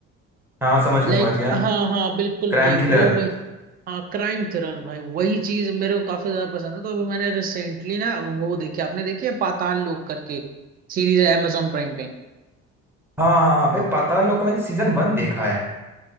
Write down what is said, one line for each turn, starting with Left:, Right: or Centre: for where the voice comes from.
Centre: हाँ समझ गया
Right: लाइक
Centre: समझ गया
Right: हाँ हाँ बिल्कुल
Centre: Crime
Right: भाई वो
Centre: thriller
Right: वही हाँ क्राइम थ्रिलर भाई वही चीज मेरे को काफी ज्यादा पसंद है तो अभी मैंने रिसेंटली ना वो देखी आपने देखी है पाताल लोक करके सीरीज है amazon प्राइम पे
Centre: हाँ हाँ हाँ भाई पाताल लोक का मैंने सीजन वन देखा है